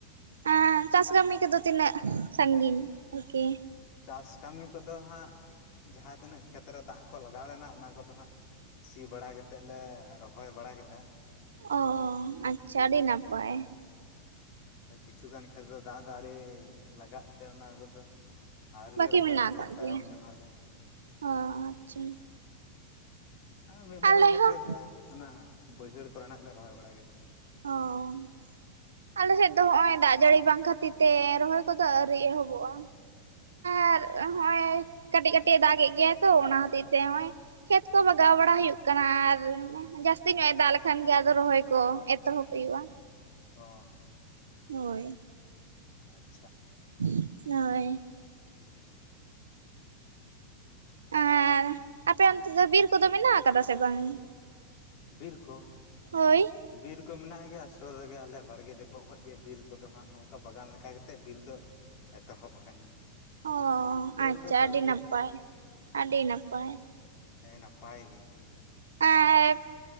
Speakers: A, on the right; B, on the left.
A: ᱮᱸ ᱪᱟᱥ ᱠᱟᱹᱢᱤ ᱠᱚᱫᱚ ᱛᱤᱱᱟᱹᱜ ᱥᱟᱺᱜᱤᱧ ᱟᱨᱠᱤ?
B: ᱪᱟᱥ ᱠᱟᱢᱤ ᱠᱚᱫᱚ ᱦᱟᱜ ᱡᱟᱦᱟᱸ ᱛᱤᱱᱟᱹᱜ ᱠᱷᱮᱛᱨᱮ ᱫᱟᱜ ᱠᱚ ᱞᱟᱜᱟᱣ ᱞᱮᱱᱟ ᱚᱱᱟ ᱠᱚᱫᱚ ᱦᱟᱸᱜ ᱥᱤ ᱵᱟᱲᱟ ᱠᱟᱛᱮᱫ ᱞᱮ ᱨᱚᱦᱚᱭ ᱵᱟᱲᱟ ᱠᱮᱫᱟ᱾
A: ᱚ ᱟᱪᱪᱷᱟ ᱟᱹᱰᱤ ᱱᱟᱯᱟᱭ᱾
B: ᱟᱨ ᱠᱤᱪᱷᱩᱩᱜᱟᱱ ᱠᱷᱮᱛ ᱫᱚ ᱫᱟᱜ ᱫᱚ ᱟᱣᱨᱤ ᱞᱟᱜᱟᱜ ᱛᱮ ᱚᱱᱟ ᱠᱚᱫᱚ ᱟᱹᱣᱨᱤ
A: ᱵᱟᱹᱠᱤ
B: ᱞᱮ ᱨᱚᱦᱚᱭᱚᱜᱼᱟ
A: ᱢᱮᱱᱟᱜ
B: ᱠᱟᱹᱴᱤᱡ
A: ᱟᱠᱟᱫ
B: ᱛᱟᱭᱚᱢ
A: ᱜᱮᱭᱟ
B: ᱧᱚᱜ ᱟᱞᱮ᱾
A: ᱚ ᱟᱪᱪᱷᱟ᱾
B: ᱟ ᱢᱤᱜ ᱵᱟᱨᱭᱟ
A: ᱟᱞᱮ
B: ᱠᱷᱮᱛ
A: ᱦᱚᱸ
B: ᱜᱮ ᱡᱟᱦᱟ ᱚᱱᱟ ᱵᱟᱹᱭᱦᱟᱹᱲ ᱠᱚᱨᱮᱱᱟᱜ ᱜᱮᱞᱮ ᱨᱚᱦᱚᱭ ᱵᱟᱲᱟ ᱠᱮᱫᱟ᱾
A: ᱚ᱾ ᱟᱞᱮᱥᱮᱫ ᱫᱚ ᱦᱚᱜᱼᱚᱭ ᱫᱟᱜ ᱡᱟᱲᱤ ᱵᱟᱝ ᱠᱷᱟᱹᱛᱤᱨ ᱛᱮ ᱨᱚᱦᱚᱭ ᱠᱚᱫᱚ ᱟᱹᱣᱨᱤ ᱮᱦᱚᱵᱚᱜᱼᱟ᱾ ᱟᱨ ᱦᱚᱜᱼᱚᱭ ᱠᱟᱹᱴᱤᱡ ᱠᱟᱹᱴᱤᱡ ᱮ ᱫᱟᱜᱮᱫ ᱜᱮᱭᱟᱭ ᱛᱚ ᱚᱱᱟ ᱦᱚᱛᱤᱡ ᱛᱮ ᱦᱚᱜᱼᱚᱭ ᱠᱷᱮᱛ ᱠᱚ ᱵᱟᱜᱟᱣ ᱵᱟᱲᱟ ᱦᱩᱭᱩᱜ ᱠᱟᱱᱟ, ᱟᱨ ᱡᱟᱹᱥᱛᱤ ᱧᱚᱜ ᱮ ᱫᱟᱜ ᱞᱮᱠᱷᱟᱱ ᱜᱮ ᱨᱚᱦᱚᱭ ᱠᱚ ᱮ ᱛᱚᱦᱚᱵ ᱦᱩᱭᱩᱜᱼᱟ᱾
B: ᱚ᱾
A: ᱦᱳᱭ᱾
B: ᱟᱪᱪᱷᱟ᱾
A: <inaudible> ᱱᱳᱭ᱾ ᱟᱨ ᱟᱯᱮ ᱚᱱᱛᱮ ᱫᱚ ᱵᱤᱨ ᱠᱚ ᱫᱚ ᱢᱮᱱᱟᱜ ᱟᱠᱟᱫᱟ ᱥᱮ ᱵᱟᱝ?
B: ᱵᱤᱨ ᱠᱚ?
A: ᱦᱳᱭ
B: ᱵᱤᱨ ᱠᱚ ᱢᱮᱱᱟᱜ ᱜᱮᱭᱟ ᱥᱳᱨ ᱨᱮ ᱜᱮ ᱟᱞᱮ ᱵᱟᱲᱜᱮ ᱡᱚᱯᱚᱜ ᱠᱷᱚᱡ ᱜᱮ ᱵᱤᱨ ᱠᱚ ᱫᱚ ᱦᱟᱸᱜ ᱚᱝᱠᱟ ᱵᱟᱜᱟᱱ ᱞᱮᱠᱟ ᱠᱮᱛᱮᱜ ᱵᱤᱨ ᱫᱚ ᱮᱛᱚᱦᱚᱵ ᱟᱠᱟᱱᱟ᱾
A: ᱚ
B: ᱥᱩᱨ
A: ᱟᱪᱪᱷᱟ
B: ᱫᱚ ᱥᱩᱨ
A: ᱟᱰᱤ
B: ᱜᱮᱭᱟ
A: ᱱᱟᱯᱟᱭ ᱟᱰᱤ ᱱᱟᱯᱟᱭ᱾
B: ᱦᱮᱸ ᱱᱟᱯᱟᱭ ᱜᱮ᱾
A: ᱮᱸᱠ